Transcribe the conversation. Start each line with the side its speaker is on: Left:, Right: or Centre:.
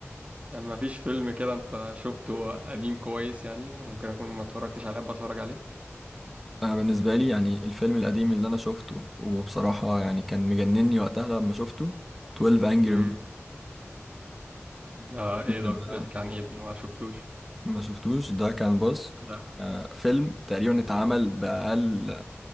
Right: يعني ما فيش فيلم كده انت شفته قديم كويس يعني ممكن اكون ما اتفرجتش عليه بتفرج عليه
Centre: انا بالنسبه لي يعني الفيلم القديم اللي انا شفته وبصراحه يعني كان مجنني وقتها لما شفته 12 انجري
Right: امم
Centre: Men.
Right: ده ايه
Centre: الفيلم
Right: ده بيحكي
Centre: ده
Right: عن ايه ده انا ما شفتوش
Centre: ما شفتوش ده كان بص
Right: لا
Centre: آه، فيلم تقريبا اتعمل بأقل